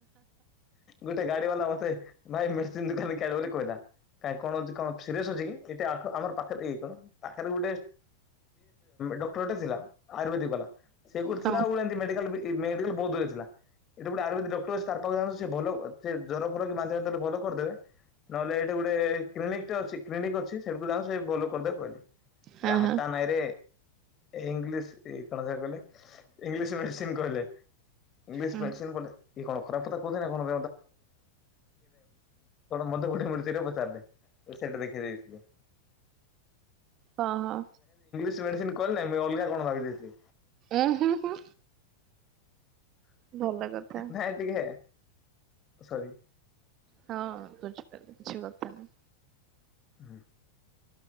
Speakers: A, on the left (about 30°); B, on the right (about 35°).
A: ଗୋଟେ ଗାଡି ବାଲା ମତେ ଭାଇ ମେଡିସି ଦୋକାନ ଗାଡ କହିଲା କ କଣ କଣ ସିରିଏସ୍ ଅଛି କିଟ ଆମ ପାଖ କ ପାଖରେ ଗୋଟେ ଡକ୍ଟରଟେ ଥିଲା। ଆୟୁର୍ବେଦିକ ବାଲା ସେୁ
B: ହଁ
A: ନା ହୁନ୍ତି ମେଡିକାଲ ବି ମେଡାଲ ବହୁତୂରେ ଥିଲା ଏଠି ଗୋଟେ ଆୟୁବେଦିକ ଡକ୍ଟର ତାର ପାଖକୁ ଯାୁ ସେ ଭଲ ସେ ଜର ଫୋଲ କି ମାଲେ ଭଲ କରିଦେବେ। ନହେଲେ ଏଇଟା ଗୋଟେ କ୍ଲିନିକ ଟା ଅଛି କ୍ଲିନିକ୍ ଅଛି। ସେଠୁ ଯାଉ ସେ ଭଲ କରିଦେ କହିଲେ।
B: ହଁ
A: ର ହଟା
B: ହଁ
A: ନାହିଁରେ ଇଂଲିଶ। କଣ ଯାହା କଲେ। ଇଘଂଗ୍ଲିସ ମେଡ଼ିସିନ୍ କିଲେ। ଇଂଲିଶ
B: ହଁ
A: ମେଡ଼ିସିନ୍ ଗୋଟେ। କିଏ କଣ ଖରାପ କଥା କହୁ ନା କଣ ମନ୍ଦ ଗୋଡିଡି ପଚାରିଲେ ସେଇଟା ଦେଖେଇ ଦେଇଥିଲି।
B: ହଁ ହଁ।
A: ମେସିନ କିଲ ନା ମୁଁ ଅଲଗା କଣ ଭାବି ଦେଇଥିଲି।
B: ଉ ହୁଁ ହୁଁ। ଭଲ କଥା
A: ନାଇ ଟିକେ ସରି।
B: ହଁ ବୁଝିପାରିଲ କିଛି କଥା ନହିଁ।
A: ହୁଁ।